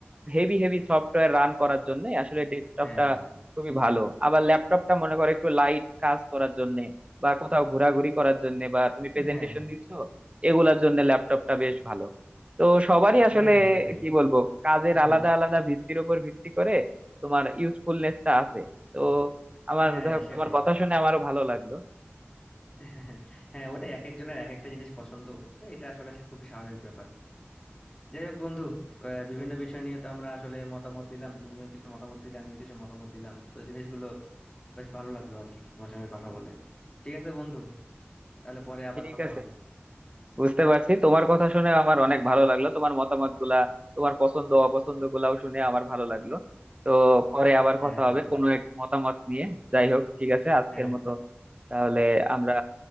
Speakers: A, on the right (about 25°); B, on the left (about 20°).
A: হেভি হেভি সফটওয়্যার রান করার জন্য আসলে ডেস্কটপটা
B: হ্যাঁ হ্যাঁ
A: খুবই ভালো আবার ল্যাপটপটা মনে করো একটু লাইট কাজ করার জন্য বা কোথাও ঘোরাঘুরি করার জন্য বা তুমি প্রেজেন্টেশন
B: হ্যাঁ হ্যাঁ
A: দিচ্ছ এগুলার জন্য ল্যাপটপটা বেশ ভালো তো সবারই আসলে
B: হ্যাঁ সেটাই
A: কি বলবো কাজের
B: <laughs>
A: আলাদা আলাদা ভিত্তির উপর ভিত্তি করে তোমার ইউজফুলনেসটা আছে তো আমার
B: হ্যাঁ
A: যাই হোক
B: সেটাই
A: তোমার কথা শুনে আমারও ভালো লাগলো
B: হ্যাঁ হ্যাঁ, ওটাই এক একজনের এক একটা জিনিস পছন্দ তো এটা আসলে সা- খুবই স্বাভাবিক ব্যাপার যাই হোক বন্ধু আহ, বিভিন্ন বিষয় নিয়ে তো আমরা আসলে মতামত দিলাম তুমিও কিছু মতামত দিলে আমিও কিছু মতামত দিলাম তো জিনিসগুলো বেশ ভালো লাগলো আর কি তোমার সঙ্গে কথা বলে ঠিক আছে বন্ধু তাহলে পরে আবার
A: ঠিক
B: কথা
A: আছে
B: হবে
A: বুঝতে পারছি তোমার কথা শুনে আমার অনেক ভালো লাগলো তোমার মতামত গুলা তোমার পছন্দ অপছন্দ গুলাও শুনে আমার ভালো লাগলো তো পরে আবার
B: হ্যাঁ
A: কথা হবে
B: বন্ধু
A: কোনো এক মতামত নিয়ে যাই হোক ঠিক আছে আজকের
B: হ্যাঁ
A: মতো তাহলে আমরা